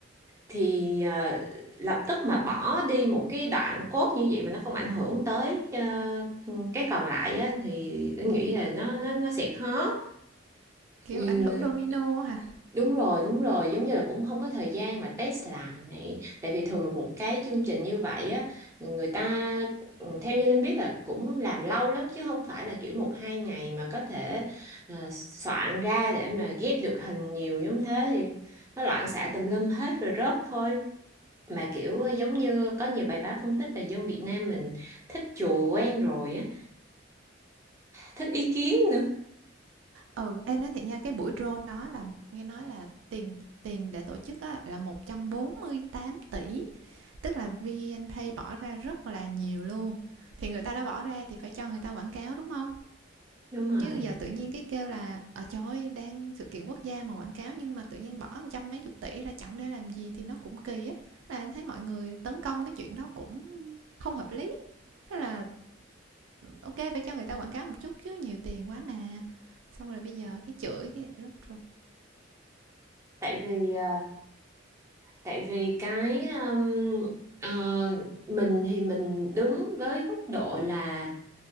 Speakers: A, on the right; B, on the right.
A: thì ờ, lập tức mà bỏ đi một cái đoạn cốt như vậy mà nó không ảnh hưởng tới ờ, cái còn lại á, thì anh nghĩ là nó nó nó sẽ khó
B: Kiểu,
A: thì
B: ảnh hưởng
A: ờ,
B: domino hả?
A: đúng rồi đúng rồi giống như là cũng không có thời gian mà test lại tại vì thường mà một cái chương trình như vậy á người ta ừ, theo như Linh biết là cũng làm lâu lắm chứ không phải là kiểu một hai ngày mà có thể ờ, soạn ra để mà ghép được hình nhiều giống thế thì nó loạn xạ tùm lum hết rồi rớt thôi mà kiểu ờ, giống
B: Ừm.
A: như có nhiều bài báo phân tích là dân Việt Nam mình thích chùa quen rồi á thích ý kiến nữa
B: Ừ, em nói thiệt nha, cái buổi drone đó là nghe nói là tiền tiền để tổ chức á, là 148 tỷ, tức là VNPay bỏ ra rất là nhiều luôn. Thì người ta đã bỏ ra thì phải cho người ta quảng cáo đúng không?
A: đúng rồi
B: Chứ giờ tự nhiên cái kêu là ờ trời ơi, đang sự kiện quốc gia mà quảng cáo nhưng mà tự nhiên bỏ một trăm mấy chục tỷ ra chẳng để làm gì thì nó cũng kỳ á. Là em thấy mọi người tấn công cái chuyện đó cũng không hợp lý. Thế là ok phải cho người ta quảng cáo một chút chứ nhiều tiền quá mà. Xong rồi bây giờ cái chửi cái rớt rồi.
A: tại vì ờ, tại vì cái um, ờ, mình thì mình đứng với góc độ là